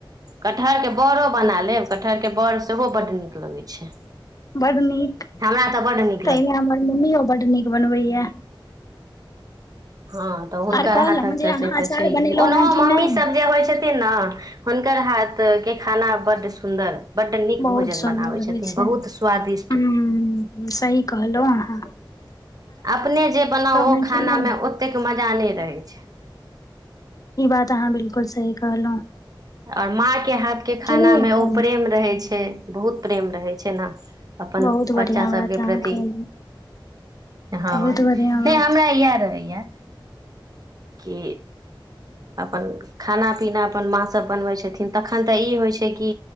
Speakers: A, on the right (about 45°); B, on the left (about 45°).
A: कटहरके बड़ो बना लेब कटहरके बड़ सेहो बड्ड नीक लगैत छै
B: बड नीक
A: हमरा तऽ बड निक
B: ताहिमे हमर मम्मीो बड्ड नीक बनबैया
A: हँ तऽ हुनकर
B: आर कहलहुँ
A: हाथक तऽ
B: जे अहाँ
A: से तऽ
B: अचार
A: छैहे
B: बनेलहुं
A: ओनहो
B: हें कि
A: मम्मीसभ
B: नहि
A: जे होइ छथिन ने हुनकर हाथ के खाना बड सुन्दर बड्ड नीक भोजन
B: बहुत सुन्दर
A: बनाबै छथिन
B: होइ छै
A: बहुत स्वादिष्ट
B: ह सही कहलहु अह
A: अपने जे बनाउ ओ
B: हें
A: खानामे
B: कि नहि
A: ओतेक मजा नहि रहैत छै
B: ई बात अहाँ बिलकुल सही कहलहु
A: और माँ के हाथ के खाना
B: नहि
A: मे
B: एखन
A: ओ प्रेम रहे छै बहुत प्रेम रहे छै प छैना अपन
B: बहुत
A: बच्चा
B: बढ़िया
A: सभके
B: बात अहाँ
A: प्रति
B: कहलहुं
A: हँ
B: बहुत
A: नहि
B: बढ़िया बात
A: हमरा इएह रहैए कि अपन खाना पीना अपन माँ सब बनबै छथिन तखन तऽ ई होइ छै कि